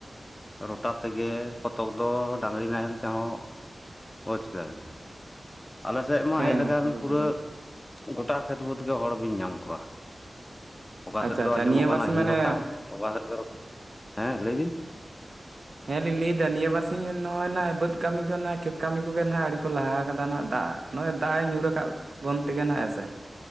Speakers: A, on the left; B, on the right.
A: ᱨᱚᱴᱟᱨ ᱛᱮᱜᱮ ᱠᱚᱛᱚᱠ ᱫᱚ ᱰᱟᱹᱝᱨᱤ ᱱᱟᱦᱮᱞ ᱛᱮᱦᱚᱸ, ᱵᱩᱡ ᱠᱮᱫᱟᱵᱤᱱ᱾ ᱟᱞᱮ ᱥᱮᱫ ᱢᱟ
B: ᱦᱮᱸ
A: ᱦᱮᱡ ᱞᱮᱠᱷᱟᱱ
B: ᱦᱮᱸ ᱵᱩᱡ
A: ᱯᱩᱨᱟᱹ
B: ᱠᱮᱫᱟᱞᱤᱧ
A: ᱜᱚᱴᱟ ᱠᱷᱮᱛ ᱵᱟᱹᱫᱽ ᱜᱮ ᱦᱚᱲ ᱵᱤᱱ ᱧᱟᱢ ᱠᱚᱣᱟ᱾ ᱚᱠᱟ
B: ᱟᱪᱪᱷᱟ
A: ᱥᱮᱫ ᱫᱚ
B: ᱟᱪᱪᱷᱟ
A: ᱟᱸᱡᱚᱢᱚᱜ
B: ᱱᱤᱭᱟᱹ
A: ᱠᱟᱱᱟ
B: ᱵᱟᱨᱥᱤᱧ
A: ᱦᱤ
B: ᱢᱟᱱᱮ
A: ᱦᱚᱴᱟ ᱚᱠᱟ ᱥᱮᱫ ᱫᱚ <inaudible> ᱦᱮᱸ ᱞᱟᱹᱭ ᱵᱤᱱ᱾
B: ᱦᱮᱸ ᱞᱤᱧ ᱞᱟᱹᱭ ᱫᱟ ᱱᱤᱭᱟᱹ ᱵᱟᱨ ᱥᱤᱧ ᱱᱚᱜᱼᱚᱭ ᱱᱟᱦᱟᱜ ᱵᱟᱹᱫᱽ ᱠᱟᱹᱢᱤ ᱠᱚ ᱱᱟᱜ ᱠᱷᱮᱛ ᱠᱟᱹᱢᱤ ᱠᱚᱜᱮ ᱱᱟᱦᱟᱜ ᱟᱹᱰᱤ ᱠᱚ ᱞᱟᱦᱟ ᱠᱟᱫᱟ ᱱᱟᱦᱟᱜ ᱫᱟᱜ ᱱᱚᱜᱼᱚᱭ ᱫᱟᱜ ᱮ ᱧᱩᱨᱠᱟᱫ ᱵᱚᱱ ᱛᱮᱜᱮ ᱱᱟᱜ, ᱦᱮᱸ ᱥᱮ?